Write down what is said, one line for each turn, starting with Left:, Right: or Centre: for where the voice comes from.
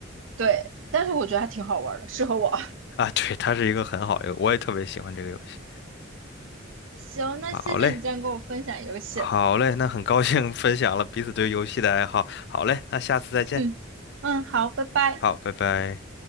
Right: 对，但是我觉得还挺好玩的，适合我。
Left: 啊，对，它是一个很好的，我也特别喜欢这个游戏。
Right: <laughs> 行，那谢谢你今天跟我分享游戏。
Left: 好嘞。好嘞，那很高兴分享了彼此对游戏的爱好。好嘞，那下次再见。
Right: 嗯嗯，好，拜拜。
Left: 好，拜拜。